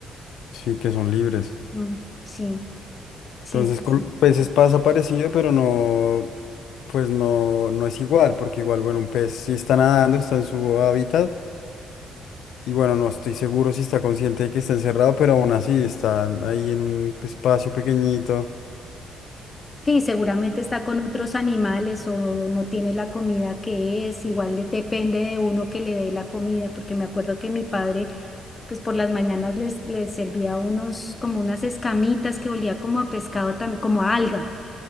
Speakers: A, on the left; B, on the left.
A: Sí, que son libres.
B: Mm, sí, sí,
A: Entonces
B: sí.
A: con
B: sí.
A: los peces pasa parecido, pero no, pues no, no es igual, porque igual, bueno, un pez sí está nadando, está en su hábitat y bueno, no estoy seguro si está consciente de que está encerrado, pero aún así está ahí en un espacio pequeñito.
B: Sí, seguramente está con otros animales o no tiene la comida que es, igual le- depende de uno que le dé la comida, porque me acuerdo que mi padre, pues por las mañanas les, les servía unos, como unas escamitas que olía como a pescado, tam- como a alga,